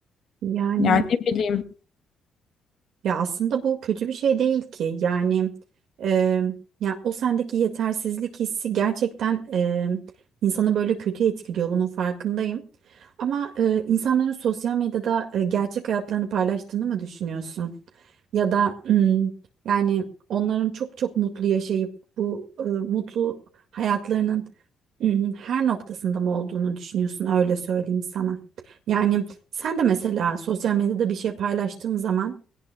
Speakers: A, on the right; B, on the left.
A: yani
B: Yani ne bileyim.
A: Ya aslında bu kötü bir şey değil ki. Yani e, ya o sendeki yetersizlik hissi gerçekten e, insanı böyle kötü etkiliyor. Bunun farkındayım. Ama e, insanların sosyal medyada e, gerçek hayatlarını paylaştığını mı düşünüyorsun? Ya da mm, yani onların çok çok mutlu yaşayıp bu e, mutlu hayatlarının mm, her noktasında mı olduğunu düşünüyorsun? Öyle söyleyeyim sana. Yani sen de mesela sosyal medyada bir şey paylaştığın zaman